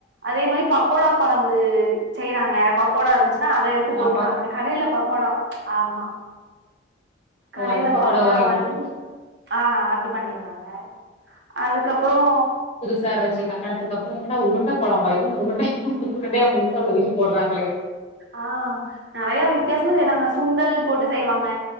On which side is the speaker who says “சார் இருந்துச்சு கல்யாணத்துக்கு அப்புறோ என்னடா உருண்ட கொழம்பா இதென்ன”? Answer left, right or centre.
Left